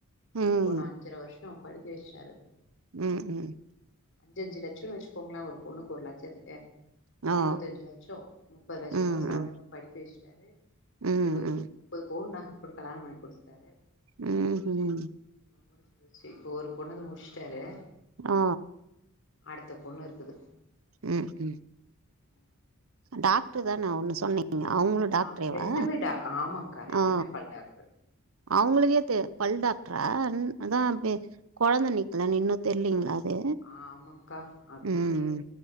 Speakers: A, on the left (about 60°); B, on the right (about 75°).
A: பெரிய
B: ம்
A: பொண்ண அஞ்சர வர்ஷோ படிக்க வச்சாரு
B: ம் ம்
A: அஞ்சு அஞ்சு லட்சோ வச்சுக்கோங்களே ஒன்னுக்கு ஒரு லட்சத்துக்கு
B: ஆ
A: இருவத்தஞ் லட்சோ முப்பது லட்சரூவா
B: ம்
A: செலவு
B: ம்
A: படிக்க வச்சுட்டாரு
B: ம்
A: இருவத்
B: ம்
A: முப்பது பவுண் நக குடுக்கலான் <unintelligible> புடுஸ்ட்டாரு
B: ம் ம்
A: முடுஞ்சு போச்சு இப்போ ஒரு பொண்ணுக்கு முடுஸ்ட்டாரு
B: ஆ
A: அடுத்த பொண்ணு இருக்குது
B: ம் ம்
A: <inaudible> ம்
B: டாக்டர் தானே ஒண்ணு சொன்னே அவுங்களு டாக்ட்ரேவா
A: ஆ ரெண்டுமே டா ஆமாக்கா ரெண்டுமே
B: ஓ
A: பல் டாக்டர்
B: அவுங்களுதே தெ பல் டாக்ட்ரா அதா
A: ம்
B: ப்பே கொழந்த நிக்கலன்னு இன்னு தெரிலீங்களா அது
A: ஆமாங்க்கா அப்படியே
B: ம்